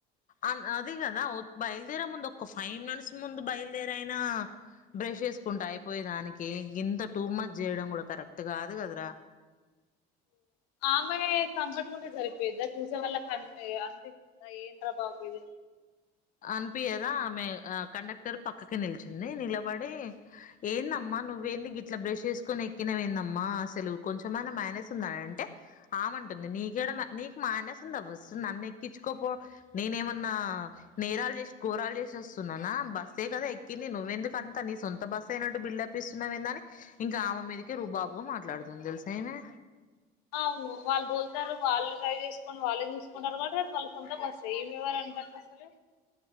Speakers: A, on the left; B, on the left.
A: అన్ అదికదా బయలుదేరే ముందు ఒక ఫైవ్ మినిట్స్ ముందు బయలుదేరే అయినా బ్రష్ చేసుకుంట అయిపోయే దాని కి గింత టూమచ్ చేయడం కూడా కరెక్ట్ కాదు కదర
B: ఆమె కంఫర్ట్ గుంటే సరిపోయిద్ద చూసేవాళ్ళకి అనిపి అనిపిస్తా ఏంట్రా బాబు ఇది అని
A: అనిపియ్యద ఆమె కండక్టర్ పక్కకి నిలుచుంది నిలబడి ఏందమ్మా నువ్వేంది గిట్ల బ్రష్ చేసుకొని ఎక్కినవేందమ్మ అసలు కొంచెమైనా మేనర్స్ ఉందా అంటే ఆమె అంటుంది నీకేడ నీకు మేనర్స్ ఉందా ఫస్ట్ నన్ను ఎక్కించుకోపో నేను ఏమన్నా ఆ నేరాలు చేసి గోరాలు చేసి వస్తున్నానా బస్సే కదా ఎక్కింది నువ్వెందుకు అంత నీ సొంత బస్సు అయినట్టు బిల్డప్ ఇస్తున్నవేందని ఇంకా ఆమె మీదకి రుబాబుగా మాట్లాడుతుంది తెలుసా ఈమె
B: అవును వాళ్ళు రో <unintelligible> వాళ్ళు డ్రైవ్ చేసుకొని వాళ్ళే చూసుకుంటారు కాబట్టి అది వాళ్ళ సొంత బస్సే ఈమె ఎవరు అంట అసలు